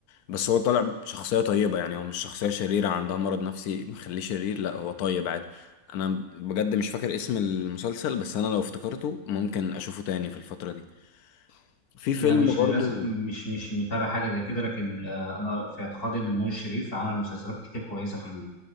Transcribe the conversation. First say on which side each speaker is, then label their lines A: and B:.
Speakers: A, on the left (about 85°); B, on the left (about 40°).
A: بس هو طالع شخصية طيبة يعني هو مش شخصية شريرة عندها مرض نفسي مخليه شرير لا هو طيب عادي أنا بجد مش فاكر اسم المسلسل بس أنا لو افتكرته ممكن أشوفه تاني في الفترة دي في فيلم
B: لا مش
A: برضو
B: للاسف مش مش متابع حاجه زي كده لكن آه، انا في اعتقادي ان نور الشريف عمل مسلسلات كتير كويسه في ال-